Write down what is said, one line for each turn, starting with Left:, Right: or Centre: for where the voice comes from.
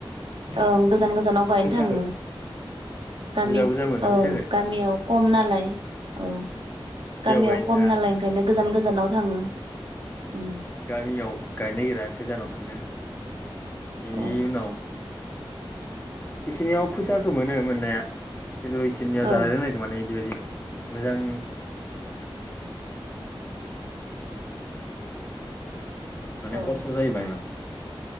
Right: ओं गोजान गोजानाव गायनो
Left: फैसाखो
Right: थाङो गामि
Left: बुरजा बुरजा मोनो
Right: औ
Left: फैसाखो
Right: गामियाव खम नालाय औ गामियाव
Left: गायनो
Right: खम
Left: थाङा
Right: नालाय ओंखायनो गोजान गोजानाव थाङो उम
Left: गामियाव गायनो नागिरा गोजानाव थांनो इनि
Right: औ
Left: उनाव इसोरनियाव फैसाखौ मोनो मोननाया खिनथु इसोरनियाव
Right: औ
Left: जानाय लोंनायखौ माने ओरैबायदि मोजां माने
Right: औ
Left: खसथ' जायो बायाइ मान